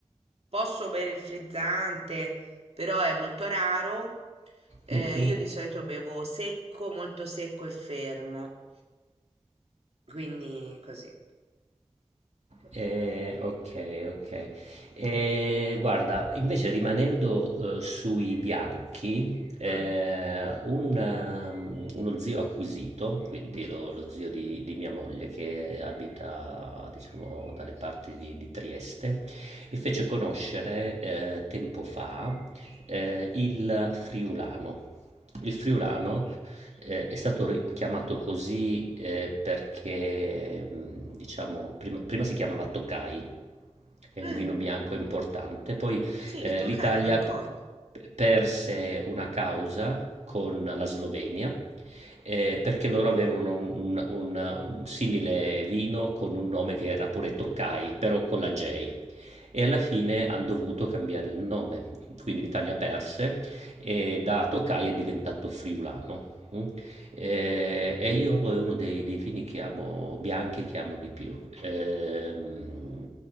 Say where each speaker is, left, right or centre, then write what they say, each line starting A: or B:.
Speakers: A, on the right; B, on the right.
A: posso bere il frizzante, però è molto raro. Eh,
B: Mhm.
A: io di solito bevo secco, molto secco e fermo, quindi così.
B: Eh, ok, ok. Eh, guarda, invece rimanendo eh, sui bianchi, eh,
A: Mm.
B: un, ehm, uno zio acquisito, quindi lo, lo zio di, di mia moglie che abita, diciamo, dalle parti di, di Trieste, mi fece conoscere eh, tempo fa eh, il friulano. Il friulano eh, è stato ri- chiamato così eh, perché, mh, diciamo, prima, prima si chiamava Tokai, è un
A: Mm,
B: vino bianco importante, poi
A: Sì,
B: eh,
A: il Toccai
B: l'Italia
A: me lo ricordo.
B: p- p- perse una causa con la Slovenia eh, perché loro avevano un, un- un- un simile vino con un nome che era pure Tokai, però con la J. E alla fine hanno dovuto cambiare il nome, quindi l'Italia perse e da Tokai è diventato friulano. Mm. Eh, e io è uno dei, dei vini che amo, bianchi che amo di più. Ehm,